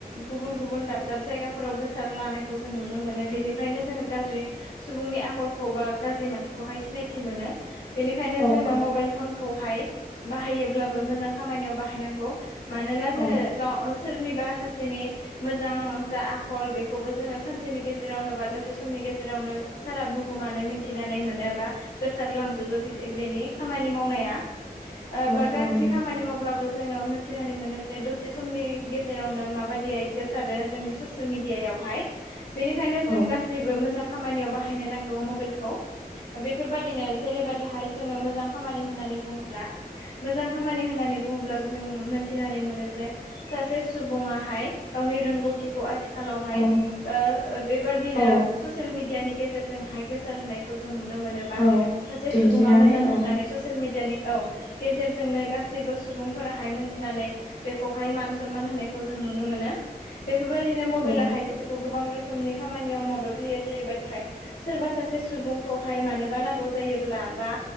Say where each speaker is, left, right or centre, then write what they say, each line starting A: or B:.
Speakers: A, on the left; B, on the left.
A: गुबुन गुबुन दाब दाब जायगाफोराव गोसार लानायखौ जों नुनो मोनो बेनिफ्रायनो जोङो गाज्रि सुबुंनि आखलखौ बा गाज्रि मानसिखौहाय सिनायथि मोनो बेनिखायनो
B: औ
A: जोङो मबाइल फनखौहाय बाहायोब्लाबो मोजां खामानियाव बाहायनांगौ। मानोना जोङो
B: औ
A: गाव सोरनिबा सासेनि मोजां जा आखल बेखौबो जोङो सानसेनि गेजेरावनो बा दसे समनि गेजेरावनो सारा बुहुमानो मिथिनानै मोनोबा गोसारलांजोबो बेनि खामानि मावनाया
B: औ
A: बा गाज्रि
B: औ नंगौ
A: खामानि मावब्लाबो जोङो मोनथिनानै मोनो जे दसे समनि गेजेरावनो माबादियै गोसारो जोंनि ससियेल मिडियायावहाय। बेनिखायनो
B: औ
A: जों गासै बो मोजां खामानियाव बाहायनो नांगौ मबाइलखौ बेफोरबायदिनो जेरैबायदिहाय जोङो मोजां खामानि होननानै बुङोब्ला मोजां खामानि होननानै बुङोब्लाबो जों मोनथिनानै मोनो जे सासे सुबुङाहाय गावनि रोंगौथि थिखौ आथिखालावहाय
B: औ
A: बेबायदिनो
B: औ
A: ससियेल मिडियानि गेजेरजोंहाय गोसार होनायखौ जों नुनो मोनोबा
B: औ
A: सासे
B: दिन्थिनानै
A: सुबुङा मोजां
B: औ
A: होननानै ससियेल मिडियानि औ गेजेरजोंनो गासैबो सुबुंफोराहाय मिथिनानै बेखौहाय मान सनमान होनायखौ जों नुनो मोनो बेफोरबायदिनो मबाइलाहाय
B: औ
A: जों खौ गोबां रोखोमनि खामानियाव मदद होयो जेरैबायदिहाय सोरबा सासे सुबुंखौहाय मानोबा नांगौ जायोब्ला बा